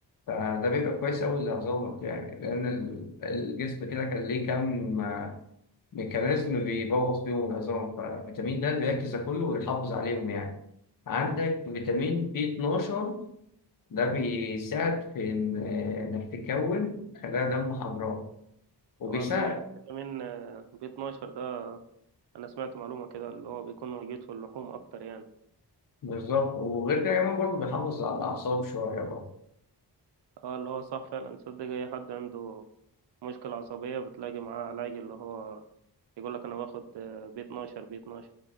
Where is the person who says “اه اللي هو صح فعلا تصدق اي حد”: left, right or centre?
Right